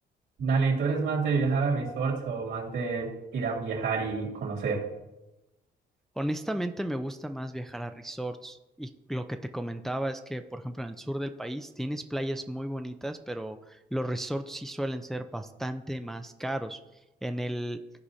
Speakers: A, on the right; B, in the centre.
A: Dale, ¿tú eres más de viajar a resorts o más de ir a viajar y conocer?
B: Honestamente me gusta más viajar a resorts y lo que te comentaba es que, por ejemplo, en el sur del país tienes playas muy bonitas, pero los resorts sí suelen ser bastante más caros. En el,